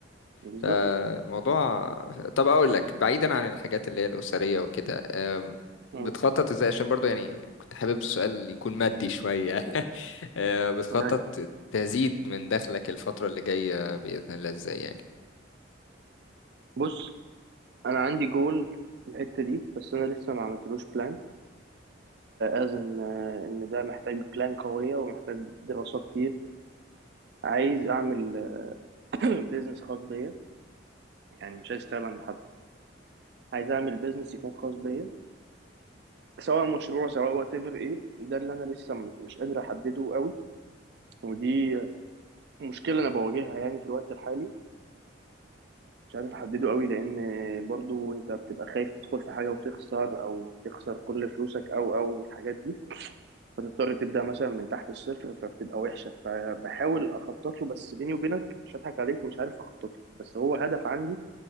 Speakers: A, on the right; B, on the left.
A: بالظبط
B: فموضوع طب اقول لك بعيدا عن الحاجات اللي هي الأسرية وكده آم،
A: مم.
B: بتخطط ازاي عشان برضو يعني كنت حابب السؤال يكون مادي شوية <laughs> آه، بتخطط
A: أيوة.
B: تزيد من دخلك الفترة اللي جاية بإذن الله ازاي يعني
A: بص انا عندي جول في الحته دي بس انا لسه ما عملتلوش بلان از ان آه، ان ده محتاج بلان قويه ومحتاج دراسه كتير عايز اعمل <clears throat> بيزنس <coughs> خاص بيا يعني مش عايز اشتغل عند حد عايز اعمل بيزنس يكون خاص بيا سواء مشروع سواء وات ايفر ايه ده اللي انا لسه م- مش قادر احدده قوي ودي مشكله انا بواجهها يعني في الوقت الحالي مش عارف احدده قوي لان برضو انت بتبقى خايف تدخل في حاجه وتخسر او تخسر كل فلوسك او او الحاجات دي فتضطر تبدأ مثلا من تحت الصفر فبتبقى وحشة فبحاول أخطط له بس بيني وبينك مش هضحك عليك مش عارف أخطط له بس هو هدف عندي